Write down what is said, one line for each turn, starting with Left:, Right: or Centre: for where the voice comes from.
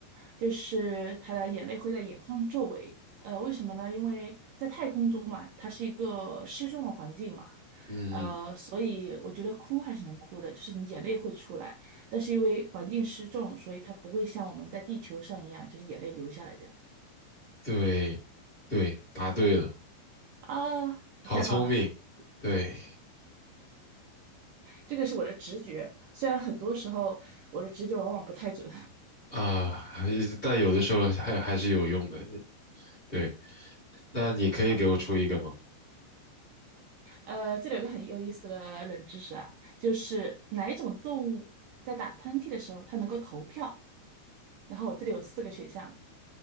Right: 就是他的眼泪会在眼眶周围。呃，为什么呢？因为在太空中嘛，它是一个失重的环境嘛，
Left: 嗯，
Right: 呃，所以我觉得哭还是能哭的，就是你眼泪会出来，但是因为环境失重，所以它不会像我们在地球上一样，就是眼泪流下来这样子
Left: 对，对，答对了，
Right: 啊，
Left: 好聪明。
Right: 太棒了。
Left: 对，
Right: 这个是我的直觉，虽然很多时候我的直觉往往不太准，
Left: 啊，还但有的时候还还是有用的。对，那你可以给我出一个吗？
Right: <laughs> 好吧？呃，这里有个很有意思的冷知识啊，就是哪一种动物在打喷嚏的时候它能够投票？然后我这里有四个选项：